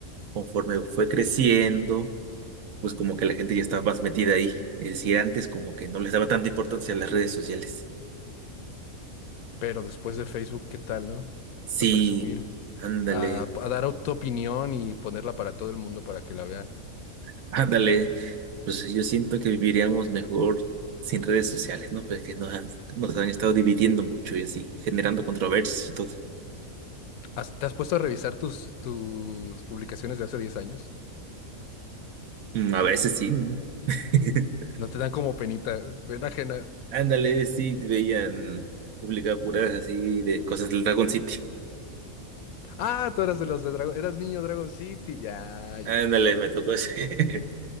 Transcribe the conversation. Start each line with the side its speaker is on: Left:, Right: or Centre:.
Right: conforme fue creciendo, pues como que la gente ya estaba más metida ahí. Es decir, antes como que no les daba tanta importancia a las redes sociales.
Left: Pero después de Facebook, ¿qué tal, no?
Right: Sí,
Left: O sea, presumir,
Right: ándale,
Left: a, a dar tu opinión y ponerla para todo el mundo para que la vean.
Right: <laughs> ándale, pues yo siento que viviríamos mejor sin redes sociales, ¿no? Pues que nos han, nos han estado dividiendo mucho y así, generando controversias y todo.
Left: ¿Has- ¿Te has puesto a revisar tus, tus publicaciones de hace 10 años?
Right: Mm, A veces sí. <laughs>
Left: No te dan como penita, pena ajena.
Right: Ándale, sí, veían publicar puras así de cosas del Dragon City.
Left: Ah, tú eras de los de Dragon, eras niño Dragon City. Ya, ya,
Right: Ándale,
Left: ya.
Right: me tocó ese.